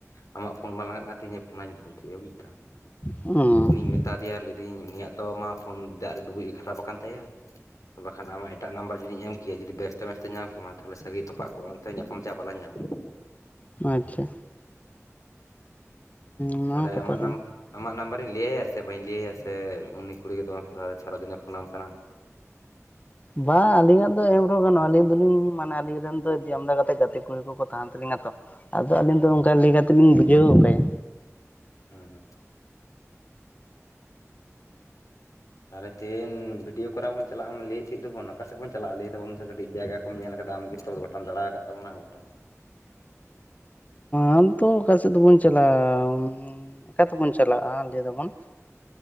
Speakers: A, on the left; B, on the left.
A: ᱟᱢᱟᱜ ᱯᱷᱳᱱ ᱵᱟᱝ ᱞᱟᱜᱟᱜ ᱠᱟᱱ ᱛᱤ ᱤᱧᱟᱹᱜ ᱯᱷᱳᱱᱟ ᱫᱤᱧ ᱛᱟᱦᱮᱜ-ᱟ ᱵᱩᱡ ᱫᱟᱢ᱾
B: ᱦᱩᱸ
A: ᱛᱚ ᱩᱱᱤᱧ ᱢᱮᱛᱟ ᱫᱮᱭᱟ ᱞᱟᱹᱭ ᱫᱟᱹᱧ ᱩᱱᱤᱭᱟᱜ ᱛᱚ ᱢᱟ ᱯᱷᱳᱱ ᱫᱟᱜ ᱨᱮ ᱰᱩᱵᱩᱡ ᱠᱷᱟᱨᱟᱯ ᱟᱠᱟᱱ ᱛᱟᱭᱟ᱾ ᱵᱟᱠᱷᱟᱱ ᱟᱢᱟᱜ ᱮᱴᱟᱜ ᱱᱟᱢᱵᱟᱨᱤᱧ ᱡᱩᱫᱤᱧ ᱮᱢ ᱠᱮᱭᱟ ᱡᱩᱫᱤ ᱵᱮᱥᱛᱚ ᱢᱮᱥᱛᱚ ᱧᱟᱢ ᱡᱮᱢᱟ ᱛᱟᱦᱞᱮ ᱥᱟᱹᱜᱟᱹᱭ ᱛᱚᱯᱟᱜ ᱠᱚᱜᱼᱟ ᱚᱱᱛᱮ ᱧᱟᱯᱟᱢ ᱪᱟᱜ ᱵᱟᱞᱟᱝ ᱧᱟᱢ ᱠᱮᱭᱟ᱾
B: ᱟᱪᱪᱷᱟ᱾ ᱚᱱᱟ
A: ᱛᱟᱦᱚᱞᱮ
B: ᱦᱚᱸ ᱠᱟᱛᱷᱟ
A: ᱟᱢᱟᱨ
B: ᱠᱟᱱᱟ
A: ᱱᱟᱢ ᱟᱢᱟᱜ ᱱᱟᱢᱵᱟᱨᱤᱧ ᱞᱟᱹᱭ ᱟᱭᱟ ᱥᱮ ᱵᱟᱹᱧ ᱞᱟᱹᱭ ᱟᱭᱟ ᱥᱮ ᱩᱱᱤ ᱠᱩᱲᱤ ᱜᱮ ᱫᱚᱢᱮ ᱯᱷᱳᱱᱟ ᱥᱟᱨᱟᱫᱤᱱᱮ ᱯᱷᱳᱱᱟᱢ ᱠᱟᱱᱟ᱾
B: ᱵᱟᱝ ᱟᱹᱞᱤᱧᱟᱜ ᱫᱚ ᱮᱢ ᱨᱮᱦᱚᱸ ᱜᱟᱱᱚᱜ-ᱟ ᱟᱹᱞᱤᱧ ᱫᱚᱞᱤᱧ ᱢᱟᱱᱮ ᱟᱞᱤᱧ ᱨᱮᱱ ᱫᱚ ᱡᱮ ᱟᱢᱫᱟ ᱠᱟᱛᱮᱜ ᱜᱟᱛᱮ ᱠᱚ ᱠᱚᱠᱚ ᱛᱟᱦᱮᱱ ᱛᱟᱞᱤᱧᱟ ᱛᱚ ᱟᱫᱚ ᱟᱹᱞᱤᱧ ᱫᱚ ᱚᱱᱠᱟ ᱞᱟᱹᱭ ᱠᱟᱛᱮᱫ ᱞᱤᱧ ᱵᱩᱡᱷᱟᱹᱣ ᱜᱚᱫ ᱠᱟᱭᱟ᱾
A: ᱦᱩᱸ᱾ ᱛᱟᱞᱦᱮ ᱛᱮᱦᱮᱱ ᱵᱷᱤᱰᱭᱳ ᱠᱚᱨᱟᱣ ᱵᱚᱱ ᱪᱟᱞᱟᱜ ᱟᱢ ᱞᱟᱹᱭ ᱮᱫ ᱛᱟᱦᱮᱫ ᱫᱚᱵᱚᱱ ᱟᱠᱟ ᱥᱮᱫ ᱵᱚᱱ ᱪᱟᱞᱟᱜᱼᱟ ᱞᱟᱹᱭ ᱛᱟᱵᱚᱱ ᱢᱮᱥᱮ ᱠᱟᱹᱴᱤᱡ ᱡᱟᱭᱜᱟ ᱠᱚᱢ ᱧᱮᱞ ᱠᱟᱫᱟ ᱟᱢ ᱜᱮ᱾ ᱛᱚ ᱜᱚᱴᱟᱢ ᱫᱟᱲᱟᱣ ᱟᱠᱟᱫ ᱛᱟᱵᱚᱱᱟ ᱜᱚᱴᱟ᱾
B: ᱟᱫᱚ ᱚᱠᱟ ᱥᱮᱫ ᱫᱚᱵᱚᱱ ᱪᱟᱞᱟᱜᱼᱟ ᱚᱠᱟ ᱛᱮᱵᱚᱱ ᱪᱟᱞᱟᱜᱼᱟ ᱞᱟᱹᱭ ᱫᱟᱵᱚᱱ?